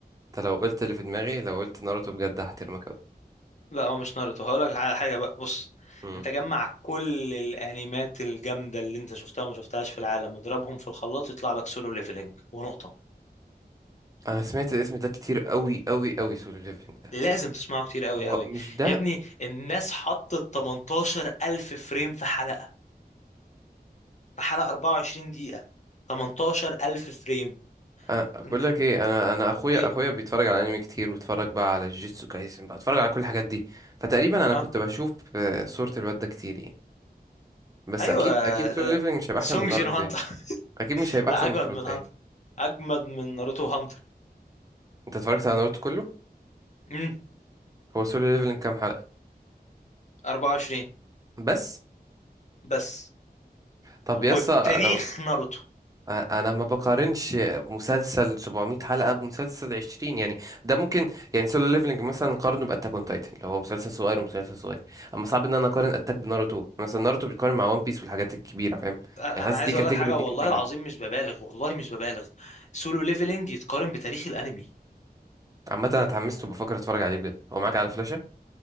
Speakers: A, on the right; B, on the left.
A: انت لو قلت اللي في دماغي لو قلت ناروتو بجد هحترمك قوي
B: لا هو مش ناruto هقول لك على حاجه بقى بص
A: مم.
B: انت جمع كل الانيمات الجامده اللي انت شفتها وما شفتهاش في العالم اضربهم في الخلاط يطلع لك سولو ليفلنج ونقطه
A: انا سمعت الاسم ده كتير قوي قوي قوي سولو ليفلينج ده
B: لازم تسمعه كتير قوي
A: هو
B: قوي
A: مش ده
B: يا ابني الناس حطت 18000 فريم في حلقه في حلقة 24 دقيقة 18000 فريم
A: أنا بقول
B: إن-
A: لك
B: إن-
A: ايه انا انا اخويا
B: ايه
A: اخويا بيتفرج على انمي كتير واتفرج بقى على جيتسو كايسن بقى اتفرج على كل الحاجات دي فتقريبا انا
B: اه
A: كنت بشوف آه، صورة الواد ده كتير يعني بس
B: ايوه
A: اكيد
B: آه.
A: اكيد سولو ليفلينج
B: آه.
A: مش هيبقى
B: سونج
A: احسن من ناروتو
B: جين هانتر
A: تاني
B: <laughs>
A: اكيد مش هيبقى
B: لا
A: احسن
B: اجمد
A: من ناروتو
B: من هانتر
A: تاني
B: اجمد من ناروتو هانتر
A: انت اتفرجت على ناروتو كله
B: امم
A: هو سولو ليفلينج كام حلقة
B: 24
A: بس
B: بس
A: طب
B: وبتاريخ
A: يا اسطى انا
B: ناروتو
A: انا ما بقارنش مسلسل 700 حلقه بمسلسل 20 يعني ده ممكن يعني سولو ليفلنج مثلا نقارنه باتاك اون تايتن لو هو مسلسل صغير ومسلسل صغير اما صعب ان انا اقارن اتاك بناروتو مثلا ناروتو بيتقارن مع وان بيس والحاجات الكبيره فاهم
B: انا
A: يعني
B: أنا
A: حاسس
B: عايز
A: دي كاتيجوري
B: اقول لك حاجه
A: دي
B: والله
A: كاتيجوري
B: العظيم مش ببالغ والله مش ببالغ سولو ليفلينج يتقارن بتاريخ الانمي
A: عامه انا اتحمست وبفكر اتفرج عليه بجد هو معاك على فلاشه